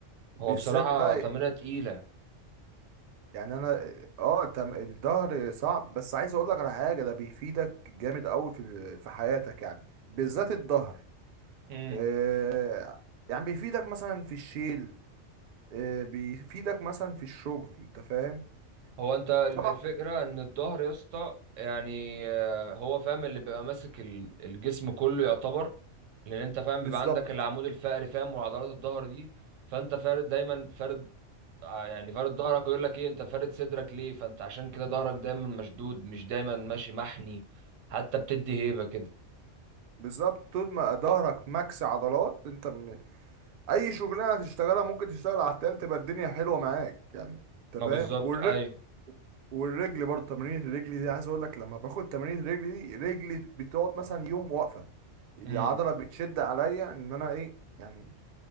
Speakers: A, on the right; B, on the right.
A: بالذات
B: هو بصراحة
A: بقى
B: تمرينة تقيلة
A: يعني انا اه تم الظهر صعب بس عايز اقول لك على حاجه ده بيفيدك جامد قوي في ال- في حياتك يعني بالذات الظهر
B: امم
A: آه يعني بيفيدك مثلا في الشيل آه بيفيدك مثلا في الشغل انت فاهم
B: هو أنت الف-
A: طبعا
B: الفكرة إن الظهر يا اسطى يعني آه، هو فاهم اللي بيبقى ماسك ال- الجسم كله يعتبر لان انت فاهم بيبقى
A: بالظبط
B: عندك العمود الفقري فاهم وعضلات الظهر دي فانت فارد دايما فارد ع- يعني فارد ظهرك ويقول لك ايه انت فارد صدرك ليه فانت عشان كده ظهرك دايما مشدود مش دايما ماشي محني حتى بتدي هيبة كده
A: بالظبط طول ما ظهرك ماكس عضلات انت اي شغلانه تشتغلها ممكن تشتغل على التقال تبقى الدنيا حلوه معاك يعني انت
B: ما
A: فاهم
B: بالظبط
A: والر...
B: اي
A: والرجل برضه تمرين الرجل دي عايز اقول لك لما باخد تمرين الرجل دي رجلي بتقعد مثلا يوم واقفه العضله
B: امم
A: بتشد عليا ان انا ايه يعني